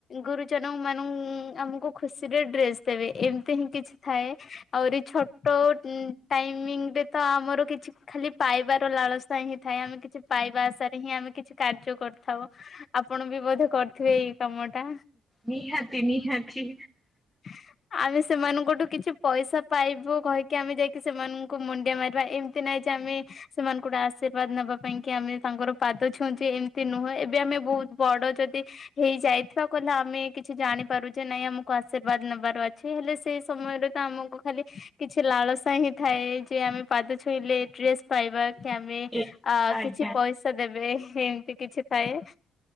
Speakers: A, on the left; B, in the centre.
A: ଗୁରୁଜନ ମାନ ଆମକୁ ଖୁସିରେ ଡ୍ରେସ ଦେବେ ଏମିତି ହିଁ କିଛି ଥାଏ। ଆହୁରି ଛୋଟ ଟାଇମିଂ ରେ ତ ଆମର କିଛି ଖାଲି ପାଇବାର ଲାଳସ ହିଁ ଥାଏ ଆମେ କିଛି ପାଇବା ଆଶାରେ ହିଁ ଆମେ କିଛି କାର୍ଯ୍ୟ କରିଥାଉ ଆପଣ ବି ବୋଧେ କରିଥିବେ ଏଇ କାମଟା।
B: ନିହାତି ନିହାତି।
A: ହ <unintelligible> ଆମେ ସେମାନଙ୍କଠୁ କିଛି ପଇସା ପାଇବୁ କହିକି ଆମେ ଯାଇକି ସେମାନଙ୍କୁ ମୁଣ୍ଡିଆ ମାରିବା ଏମିତ୍ ଏମିତି ନାଇଁ ଯେ ଆମେ ସେମାନଙ୍କୁ ଗୋଟେ ଆଶୀର୍ବାଦ ନେବା ପାଇଁ କି ଆମେ ତାଙ୍କର ପାଦ ଛୁଉଁଛି ଏମିତି ନୁହେଁ ଏବେ ଆମେ ବହୁତ ବଡ ଯଦି ହେଇ ଯାଇଥିବା କଲେ ଆମେ କିଛି ଜାଣିପାରୁଛେ ନାଇଁ ଆମକୁ ଆଶୀର୍ବାଦ ନେବାର ଅଛି ହେଲେ ସେଇ ସମୟରେ ତ ଆମକୁ ଖାଲି କିଛି ଲାଳସା ହିଁ ଥାଏ ଯେ ଆମେ ପାଦ ଛୁଇଁଲେ ଡ୍ରେସ୍ ପାଇବା କି ଆମେ
B: ଏ
A: ଆ
B: ଆଜ୍ଞା
A: କିଛି ପଇସା ଦେବେ ଏମିତି କିଛି ଥାଏ।